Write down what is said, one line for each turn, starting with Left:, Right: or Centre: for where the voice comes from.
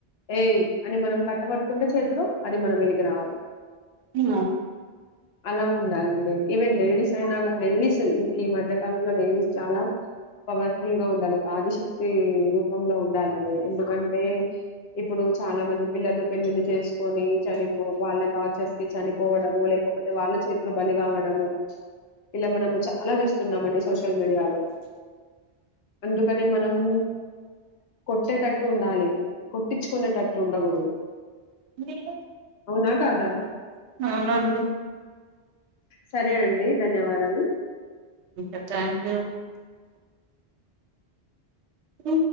Left: ఏయ అని మనం కట్టబట్టుకుంటే చేతిలో అది మనం వెనికి రాదు
Right: ఉ
Left: అలా ఉండాలండి ఈవెన్ లేడీస్ అయినా లేడీస్ ఈ మధ్య కాలంలో లేడీస్ చాలా పవర్ఫుల్ గా ఉండాలి ఒక ఆదిశక్తి రూపంలో ఉండాలి ఎందుకంటే ఇప్పుడు చాలా మంది పిల్లలు పెళ్లిలి చేసుకొని చనిపో వాళ్ళ టార్చర్స్ కి చనిపోవడము లేకపోతే వాళ్ళ చేతులు బలిగావడము ఇలా మనము చాలా చూస్తున్నామండి సోషల్ మీడియాలో అందుకనే మనము కొట్టేటట్టు ఉండాలి కొట్టించుకునేటట్టు ఉండకూడదు
Right: మీ
Left: అవునా కాదా
Right: అవునండి
Left: సరే అండి ధన్యవాదాలు
Right: ఓ థ్యాంక్ యూ అ